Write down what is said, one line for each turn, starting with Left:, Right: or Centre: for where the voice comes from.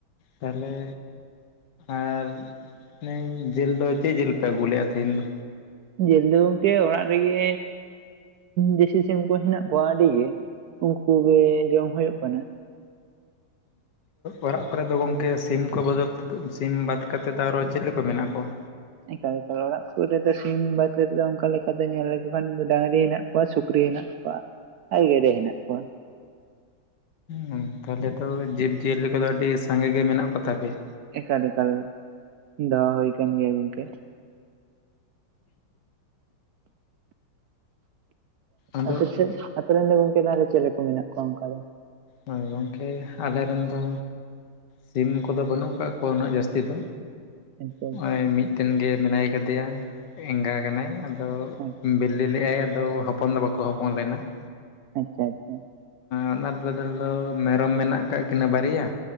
Left: ᱛᱟᱦᱚᱞᱮ ᱟᱨ ᱚᱱᱮ ᱡᱤᱞ ᱫᱚ ᱪᱮᱫ ᱡᱤᱞ ᱯᱮ ᱟᱹᱜᱩ ᱞᱮᱜᱼᱟ ᱛᱮᱦᱤᱧ ᱫᱚ?
Right: ᱡᱤᱞ ᱮ ᱜᱚᱝᱠᱮ ᱚᱲᱟᱜ ᱨᱮᱜᱮ ᱫᱮᱥᱤ ᱥᱤᱢ ᱠᱚ ᱦᱮᱱᱟᱜ ᱠᱚᱣᱟ ᱟᱹᱰᱤ ᱜᱮ ᱾ ᱩᱱᱠᱩ ᱜᱮ ᱡᱚᱢ ᱦᱩᱭᱩᱜ ᱠᱟᱱᱟ ᱾
Left: ᱚᱲᱟᱜ ᱠᱚᱨᱮ ᱫᱚ ᱜᱚᱝᱠᱮ ᱥᱤᱢ ᱠᱚ ᱵᱚᱫᱚᱞ ᱥᱤᱢ ᱵᱟᱫ ᱠᱟᱛᱮ ᱫᱚ ᱟᱨᱚ ᱪᱤᱞᱤ ᱠᱚ ᱢᱮᱱᱟᱜ ᱠᱚᱣᱟ?
Right: ᱮᱠᱟᱞ ᱮᱠᱟᱞ, ᱚᱲᱟᱜ ᱠᱚᱨᱮ ᱫᱚ ᱥᱤᱢ ᱵᱟᱫ ᱠᱟᱛᱮ ᱫᱚ ᱚᱱᱠᱟ ᱞᱮᱠᱟᱛᱮ ᱧᱮᱞ ᱞᱮᱠᱚ ᱠᱷᱟᱱ ᱰᱟᱝᱨᱤ ᱦᱮᱱᱟᱜ ᱠᱚᱣᱟ, ᱥᱩᱠᱨᱤ ᱦᱮᱱᱟᱜ ᱠᱚᱣᱟ ᱯᱟ ᱟᱨ ᱜᱮᱰᱮ ᱦᱮᱱᱟᱜ ᱠᱚᱣᱟ ᱾
Left: ᱦᱩᱸ, ᱛᱟᱦᱚᱞᱮ ᱫᱚ ᱡᱤᱵᱽ ᱡᱤᱭᱟᱹᱞᱤ ᱠᱚᱫᱚ ᱟᱹᱰᱤ ᱥᱟᱸᱜᱮ ᱜᱮ ᱢᱮᱱᱟᱜ ᱠᱚᱛᱟ ᱯᱮᱭᱟ?
Right: ᱮᱠᱟᱞ ᱮᱠᱟᱞ, ᱫᱚᱦᱚ ᱦᱩᱭ ᱠᱟᱱ ᱜᱮᱭᱟ ᱜᱚᱝᱠᱮ ᱾
Left: ᱟᱫᱚ
Right: ᱟᱯᱮ ᱪᱮᱫ ᱟᱯᱮ ᱨᱮᱱ ᱫᱚ ᱜᱚᱝᱠᱮ ᱛᱟᱦᱚᱞᱮ ᱪᱮᱞᱮ ᱠᱚ ᱢᱮᱱᱟᱜ ᱠᱚᱣᱟ ᱚᱱᱠᱟ ᱫᱚ?
Left: ᱦᱚᱭ ᱜᱚᱢᱠᱮ, ᱟᱞᱮ ᱨᱮᱱ ᱫᱚ ᱥᱤᱢ ᱠᱚᱫᱚ ᱵᱟᱹᱱᱩᱜ ᱟᱠᱟᱫ ᱠᱚᱣᱟ ᱩᱱᱟᱹᱜ ᱡᱟᱹᱥᱛᱤ ᱫᱚ,
Right: ᱟᱪᱪᱷᱟ
Left: ᱱᱚᱜᱼᱚᱭ
Right: ᱟᱪᱪᱷᱟ
Left: ᱢᱤᱫ ᱢᱤᱫᱴᱮᱱ ᱜᱮ ᱢᱮᱱᱟᱭ ᱠᱟᱫᱮᱭᱟ, ᱮᱸᱜᱟ ᱠᱟᱱᱟᱭ ᱾ ᱟᱫᱚ
Right: ᱦᱳᱭ
Left: ᱵᱤᱞᱤ ᱞᱮᱫ ᱟᱭ ᱟᱫᱚ ᱦᱚᱯᱚᱱ ᱫᱚ ᱵᱟᱠᱚ ᱠᱚ ᱦᱚᱯᱚᱱ ᱞᱮᱱᱟ ᱾
Right: ᱟᱪᱪᱷᱟ ᱟᱪᱪᱷᱟ ᱾
Left: ᱚᱱᱟ ᱵᱚᱫᱚᱞ ᱫᱚ ᱢᱮᱨᱚᱢ ᱢᱮᱱᱟᱜ ᱟᱠᱟᱫ ᱠᱤᱱᱟᱹ ᱵᱟᱨᱭᱟ,